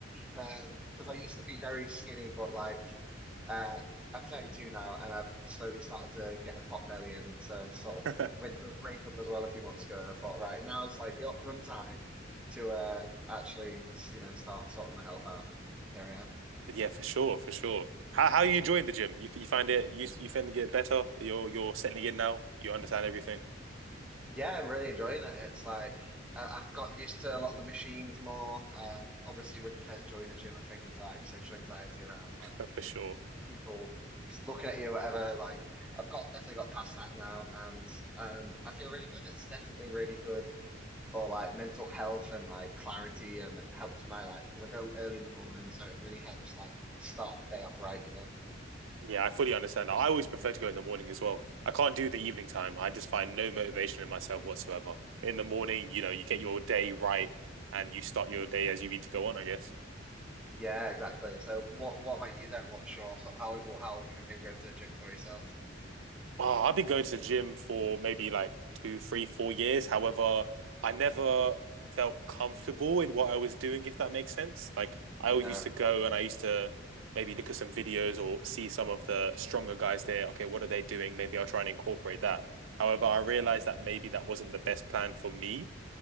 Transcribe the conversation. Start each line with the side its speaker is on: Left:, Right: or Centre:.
Centre: Um, because I used to be very skinny, but like Uh, I'm 32 now, and I've slowly started to get a pot belly, and so sort
Right: <laughs>
Centre: of went through a breakup as well a few months ago. And I thought, right, now's like the optimum time to uh, actually, you know, start sorting my health out, and here I am.
Right: Yeah, for sure, for sure. How how are you enjoying the gym? You you find it you you find it get better? You're you're settling in now. You understand everything
Centre: Yeah, I'm really enjoying it. It's like I- I've got used to a lot of the machines more. Um, obviously, when you first join the gym, I think there's like social anxiety around like
Right: <laughs> for sure.
Centre: people looking at you, whatever. Like I've got definitely got past that now, and um, I feel really good. It's definitely really good for like mental health and like clarity, and it helps my like because I go early in the morning, so it really helps like start my day off right, you know.
Right: Yeah, I fully understand. I always prefer to go in the morning as well. I can't do the evening time. I just find no motivation in myself whatsoever. In the morning, you know, you get your day right and you start your day as you mean to go on, I guess.
Centre: Yeah, exactly. So what what about you then? What's your so how or how long have you been going to the gym for yourself? And
Right: Oh, I've been going to the gym for maybe like two, three, four years. However, I never felt comfortable in what I was doing, if that makes sense. Like I
Centre: yeah,
Right: always used to go and I used to maybe look at some videos or see some of the stronger guys there. Okay, what are they doing? Maybe I'll try and incorporate that. However, I realized that maybe that wasn't the best plan for me